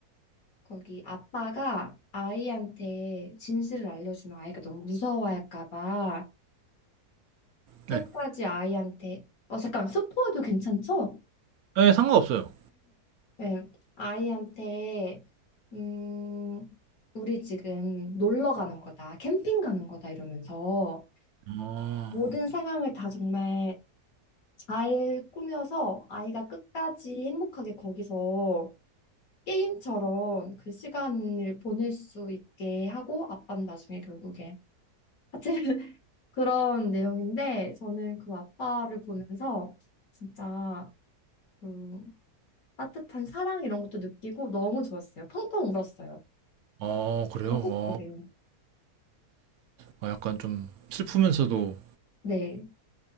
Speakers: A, on the left; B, on the right.
A: 거기 아빠가 아이한테 진실을 알려주면 아이가 너무 무서워할까 봐, 끝까지
B: 네.
A: 아이한테 어 잠깐 스포해도 괜찮죠?
B: 네, 상관없어요.
A: 네. 아이한테 음 우리 지금 놀러 가는 거다 캠핑 가는 거다 이러면서
B: 아,
A: 모든 상황을 다 정말 잘 꾸며서 아이가 끝까지 행복하게 거기서 게임처럼 그 시간을 보낼 수 있게 하고 아빠는 나중에 결국에 하여튼 <laughs> 그런 내용인데 저는 그 아빠를 보면서 진짜 그 따뜻한 사랑 이런 것도 느끼고 너무 좋았어요. 펑펑 울었어요.
B: 아, 그래요?
A: 그거 꼭
B: 어,
A: 보세요.
B: 아, 약간 좀 슬프면서도
A: 네,